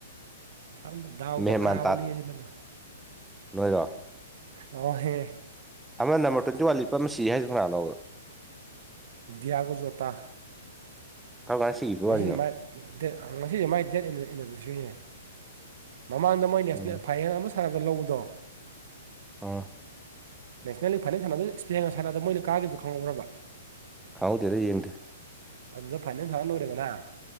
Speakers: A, on the right (about 55°); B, in the centre.
A: ꯁꯝꯅ ꯗꯥꯎꯗ
B: ꯃꯦꯍꯦꯃꯥꯟ
A: ꯀꯥꯕꯅꯦ
B: ꯇꯥꯠ
A: ꯁꯤꯅꯦꯕ
B: ꯅꯣꯏꯔꯣ
A: ꯍꯦ
B: ꯑꯃꯅ ꯅꯝꯕꯔ ꯇ꯭ꯋꯦꯟꯇꯤ ꯋꯥꯟ ꯂꯤꯄ ꯑꯃ ꯁꯤ ꯍꯥꯏꯗ ꯉꯅꯥꯥꯟꯅꯣꯕ
A: ꯗꯤꯌꯥꯒꯣ ꯖꯣꯇꯥ
B: ꯀꯔꯝ ꯀꯥꯟ ꯁꯤꯒꯤꯕꯩ
A: ꯉꯁꯤꯁꯦ
B: ꯋꯥꯔꯤꯅꯣ
A: ꯃꯥꯏ ꯉꯁꯤꯁꯦ ꯃꯥꯏ ꯗꯦꯠ ꯑꯦꯅꯤꯚꯔꯁꯔꯤꯅꯦ ꯃꯃꯥꯡꯗ ꯃꯣꯏ ꯅꯦꯁꯅꯦꯜ
B: ꯎꯝ
A: ꯐꯥꯏ ꯁꯥꯥꯒ ꯂꯧꯕꯗꯣ
B: ꯑꯣꯥ
A: ꯅꯦꯁꯅꯦꯒꯤ ꯐꯥꯏꯅꯜ ꯁꯥꯟꯅꯗ ꯁ ꯏꯁꯄꯦꯅꯔ ꯁꯥꯟꯅꯗ ꯃꯣꯏ ꯀꯈꯤꯕꯗꯗꯨ ꯈꯪꯍꯧꯔꯕ
B: ꯈꯥꯎꯗꯦꯔꯦ ꯌꯦꯡꯇꯤ
A: ꯑꯗꯨꯗ ꯐꯥꯏꯅꯦꯜꯁ ꯁꯥꯟꯅ ꯅꯧꯔꯦꯗꯅꯅꯥ